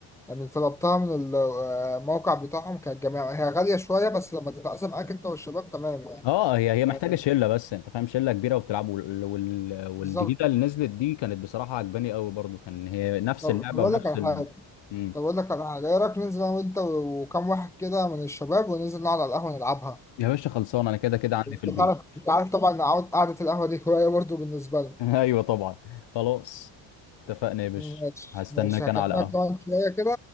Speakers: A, in the centre; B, on the left.
A: يعني طلبتها من ال- آه، الموقع بتاعهم كانت جميع هي غاليه شويه بس لما تتقسم معاك انت والشباب تمام يعني
B: اه هي هي محتاجه
A: آه،
B: شله بس انت فاهم شله كبيره وبتلعبوا وال... وال... والجديده
A: بالظبط
B: اللي نزلت دي كانت بصراحه عجباني قوي برضو كان هي نفس
A: طب
B: اللعبه
A: طب اقول
B: ونفس
A: لك على
B: ال...
A: حاجه
B: مم.
A: طب اقول لك على حاجه ايه رايك ننزل انا وانت وكام واحد كده من الشباب وننزل نقعد على القهوه نلعبها
B: يا باشا خلصان انا كده كده عندي في البيت
A: انت عارف انت عارف طبعا إن عود- قعده القهوه دي هوايه برضو بالنسبه لي
B: <laughs> ايوه طبعا خلاص اتفقنا يا باشا
A: ماشي
B: هستناك
A: ماشي هكلمك
B: انا على قهوه
A: كمان شويه كده